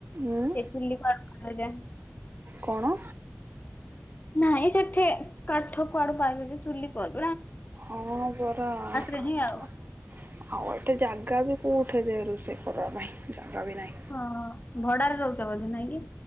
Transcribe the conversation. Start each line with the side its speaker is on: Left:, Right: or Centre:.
Right: ଉଁ
Left: ଏ ଚଲିକା <inaudible> ଯାଏଁ।
Right: କଣ?
Left: ନାଇଁ ସେଠେ କାଠ କୁଆଡୁ ପାଇବେ ଯେ ଚୁଲି କଲ୍
Right: ହଁ ପରା ଆଉ
Left: ରେ
Right: କାଠ
Left: ହିଁ ଆଉ
Right: ଆଉ ଗୋଟେ ଜାଗା ବି କେଉଁଠେ ଯେ ରୋଷେଇ କରିବା ପାଇଁ। ଜାଗା ବି ନାହିଁ।
Left: ହଁ ଭଡାରେ ରୋହୁଚ ବଧେ ନାଇଁ କି?